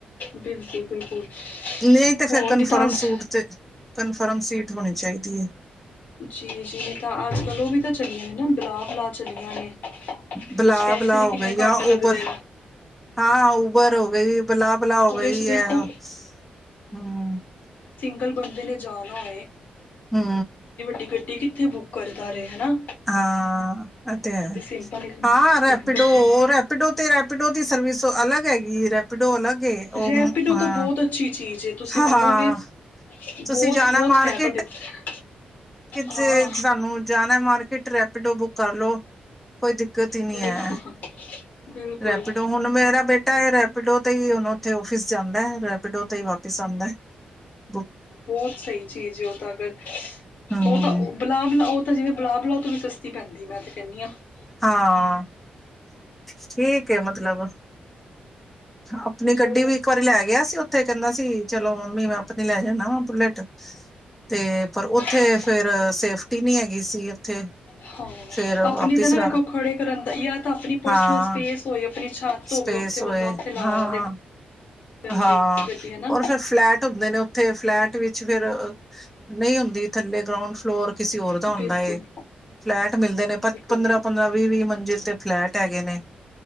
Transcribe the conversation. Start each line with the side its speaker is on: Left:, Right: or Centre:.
Left: ਬਿਲਕੁਲ ਬਿਲਕੁਲ
Centre: ਨ ਤੇ ਫੇਰ
Left: ਹੋ
Centre: ਕਨਫਰਮ
Left: ਨਹੀਂ ਤਾਂ ਅੱਜ
Centre: ਸੂਟ'ਚ ਕਨਫਰਮ ਸੀਟ ਹੋਣੀ ਚਾਹੀਦੀ ਏ
Left: ਜੀ ਜੀ ਨਹੀਂ ਤਾਂ ਅੱਜ ਕੱਲ੍ਹ ਉਹ ਵੀ ਤਾਂ ਚਲੀਆ ਏ ਨਾ ਬਲਾ ਬਲਾ ਚੱਲੀਆਂ ਨੇ
Centre: ਬਲਾ
Left: ਉਹਦੇ ਚ ਪੈਸੇ
Centre: ਬਲਾ
Left: ਵੀ ਕਿੰਨੇ
Centre: ਹੋ ਗਈ ਜਾਂ
Left: ਘੱਟ ਲੱਗਦੇ
Centre: ਉਬਰ।
Left: ਨੇ
Centre: ਹਾਂ ਉਬਰ ਹੋ ਗਈ ਬਲਾ ਬਲਾ ਹੋ
Left: ਉਹਦੇ
Centre: ਗਈ
Left: 'ਚ ਦੇਖੋ
Centre: ਐਹੋ ਹੂੰ
Left: ਅਜਕਲ ਬੰਦੇ ਨੇ ਜਾਣਾ ਏ
Centre: ਹੂੰ
Left: ਤੇ ਗੱਡੀ ਕਿੱਥੇ ਬੁੱਕ ਕਰਦਾ ਰਏ ਹਨਾ
Centre: ਹਾਂ ਐ ਤੇ ਹੈ
Left: ਸਿੰਪਲ ਇੱਕ
Centre: ਹਾਂ ਰੈਪੀਡੋ
Left: ਇੱਕ ਗੱਡੀ
Centre: -ਰੈਪੀਡੋ ਤੇ ਰਪ -ਪਿਡੋ ਦੀ ਸਰਵਿਸ ਤੋ ਅਲੱਗ ਹੈਗੀ ਏ ।ਰੈਪੀਡੋ ਅਲੱਗ ਏ ਉਹ
Left: ਰੈਪਿਡੋ
Centre: ਅਮ ਹਾਂ
Left: ਤਾਂ ਬਹੁਤ ਅੱਛੀ ਚੀਜ਼ ਹੈ ਤੁਸੀਂ
Centre: ਹਾਂ
Left: ਮੰਨੋਗੇ
Centre: ਹਾਂ ਤੁਸੀਂ
Left: ਬਹੁਤ
Centre: ਜਾਣਾ
Left: ਬਹੁਤ
Centre: ਮਾਰਕ
Left: ਫਾਇਦਾ ਦਿੱਤਾ
Centre: ਕਿਥੇ
Left: ਹਾਂ
Centre: ਸਾਨੂੰ ਜਾਨਾ ਮਾਰਕੀਟ। ਰੈਪੀਡੋ ਬੁੱਕ ਕਰ ਲੋ ਕੋਈ ਦਿਕ-ਤ ਦਿੱਕਤ ਇ ਨੀ
Left: ਬਿਲਕੁਲ
Centre: ਐ।
Left: ਬਿਲਕੁਲ
Centre: ਰੈਪਿਡੋ ਹੁਣ ਮੇਰਾ ਬੇਟ- ਰੈਪੀਡੋ ਤੇ ਈ ਹੁਨ ਉਥੇ ਓਫਿਸ ਜਾਂਦਾ ਰੈਪੀਡੋ ਤੇ ਈ ਵਾਪਿਸ ਆਂਦਾ ।
Left: ਬਹੁਤ ਸਹੀ ਚੀਜ਼ ਏ ਉਹ ਤਾਂ ।ਅਗਰ-
Centre: ਹਮ
Left: ਉਹ ਤਾਂ ਉ ਬੁਲਾ ਉਹ ਤਾਂ ਜਿਵੇਂ ਬਲਾ ਬਲਾ ਤੋਂ ਵੀ ਸਸਤੀ ਪੈਂਦੀ ਏ ਮੈ ਤੇ ਕੇਨੀ ਆਂ।
Centre: ਹਾਂ ਠੀਕ ਏ ਮਤਲਬ ਅਪਨੀ ਗੱਡੀ
Left: ਚਲੋ
Centre: ਵੀ ਇੱਕ ਵਾਰੀ ਲੈ ਗਿਆ ਸੀ ਉੱਥੇ। ਕਹਿੰਦਾ ਸੀ ਚਲੋ ਮੰਮੀ ਮੈਂ ਅਪਨੀ ਲੈ ਜਾਂਨਾ ਵਾ ਬੁਲੇਟ ਤੇ- ਪਰ ਉੱਥੇ
Left: ਅੱਛਾ
Centre: ਫੇਰ ਸੇਫ ਟੀ ਨੀ ਹੈਗੀ ਸੀ ਉੱਥੇ। <inaudible>
Left: ਹ
Centre: ਫੇਰ
Left: ਅਪਨੀ
Centre: ਵਾਪਿਸ
Left: ਯਾ ਨਾ
Centre: ਰਾ
Left: ਵੇਖੋ ਖੜੇ ਕਰਨ ਦਾ ਯਾ ਤਾਂ ਆਪਣੀ ਪਰਸਨਲ
Centre: ਹਾਂ
Left: ਸਪੇਸ ਹੋਏ। ਆਪਨੀ ਛੱਤ ਹੋਵੇ।
Centre: ਸਪੇਸ
Left: ਉੱਥੇ
Centre: ਹੋਏ
Left: ਬੰਦਾ ਉੱਥੇ ਲਾ
Centre: ਹਾਂ
Left: ਦੇ। ਗੰਦੀ
Centre: ਹਾਂ
Left: ਗੱਡੀ ਹੈ ਨਾ
Centre: ਉਰ ਫੇਰ ਫਲੈਟ ਹੁੰਦੇ ਨੇ ।ਉੱਥੇ ਫਲੈਟ- ਵਿੱਚ ਫੇਰ ਨਹੀਂ ਹੁੰਦੀ ।ਥੱਲੇ ਗਰਾਉਂਡ ਫਲੋਰ- ਕਿਸੇ ਹੋਰ ਦਾ
Left: ਬਿਲਕੁਲ
Centre: ਹੁੰਦਾ ਏ ।ਫਲੈਟ ਮਿਲਦੇ ਨੇ
Left: ਬਿਲਕੁਲ
Centre: ਪੰਦਰਾਂ-
Left: ਬਿਲਕੁਲ
Centre: ਪੰਦਰਾਂ, ਵੀਹ -ਵੀਹ ਮੰਜ਼ਿਲ ਤੇ ਫਲੈਟ- ਹੈਗੇ ਨੇ ਤ